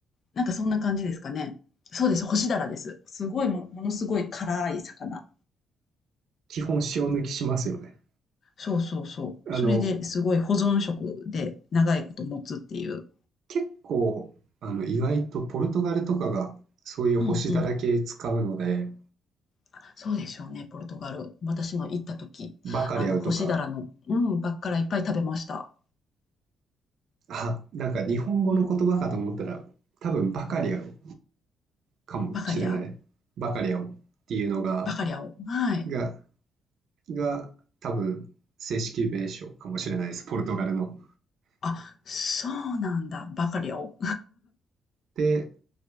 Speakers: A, on the left; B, on the right.
A: なんかそんな感じですかね。そうです、干しダラです。すごいも、ものすごい辛い魚。
B: 基本塩抜きしますよね。
A: そうそうそう。
B: あの、
A: それですごい保存食で長いこと持つっていう。
B: 結構、あの、意外とポルトガルとかがそういう干しだら系使うので、
A: うんうん。あそうでしょうね、ポルトガル。私も行った時、
B: バカリャウとか
A: あの、干しダラの、うん、ばっからいっぱい食べました。
B: あ、なんか日本語の言葉かと思ったら、
A: うん。
B: 多分バカリアルかもしれない。
A: バカリア
B: バカリアルっていうのが、
A: バカリアを。はい。
B: が、が多分正式名称かもしれないです。ポルトガルの。
A: あ、そうなんだ、バカリアを。
B: で、